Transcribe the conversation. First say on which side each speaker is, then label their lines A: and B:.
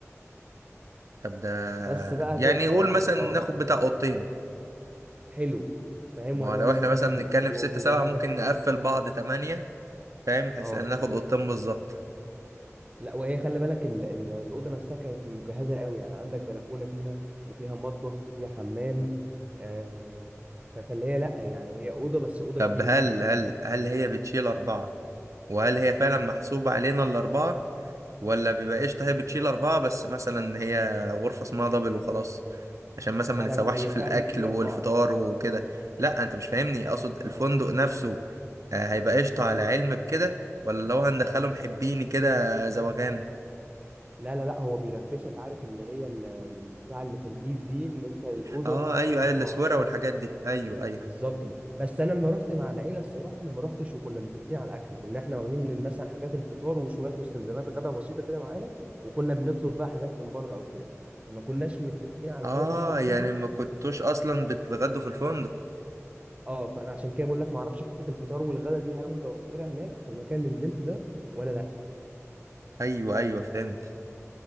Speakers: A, on the right; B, on the right.
A: طب ده
B: بس بقى
A: يعني
B: تحفه
A: قول
B: يعني
A: مثلا ناخد
B: اه يعني
A: بتاع اوضتين
B: حلو فاهم
A: ما
B: وانا
A: هو لو
B: بقى مستريحين
A: احنا مثلا بنتكلم
B: ومجهزه
A: في ستة سبعة ممكن
B: كامله
A: نقفل بعض تمانية فاهم بحيث
B: اه
A: ان ناخد اوضتين بالظبط
B: لا وهي خلي بالك ال- ال- الاوضه نفسها كانت مجهزه قوي يعني عندك بلكونه فيها وفيها مطبخ وفيها حمام آه ف- فاللي هي لا يعني هي اوضه بس اوضه
A: طب
B: كبيره
A: هل هل هل هي بتشيل أربعة وهل هي فعلا محسوبة علينا الأربعة ولا بيبقى قشطة هي بتشيل أربعة بس مثلا هي غرفة اسمها دبل وخلاص عشان مثلا
B: لا
A: ما نتسوحش
B: لا لا هي
A: في
B: فعلا
A: الأكل
B: بتشيل اربعه
A: والفطار وكده لا أنت مش فاهمني
B: بس
A: أقصد الفندق
B: اه
A: نفسه آه، هيبقى قشطة على علم بكده ولا لو هندخله محبيني كده زوغان
B: لا لا لا هو بيلبسك عارف اللي هي ال- ال- بتاع اللي في الايد دي ان انت الاوضه
A: اه
B: بتخشها
A: ايوه
B: اربعه
A: ايوه الاسوره والحاجات دي ايوه ايوه
B: بالظبط ب- بس انا لما رحت مع العيله الصراحه انا ما رحتش وكنا متفقين على الاكل كنا احنا واخدين مثلا حاجات الفطار وشويه مستلزمات غدا بسيطه كده معانا وكنا بنطلب بقى حاجات من بره او كده فما كناش متفقين على
A: اه
B: الغدا تبع الفندق
A: يعني ما كنتوش اصلا بتتغدوا في الفندق
B: اه فانا عشان كده بقول لك ما اعرفش حته الفطار والغدا دي هل متوفره هناك في المكان اللي نزلته ده ولا لا
A: ايوه ايوه فهمت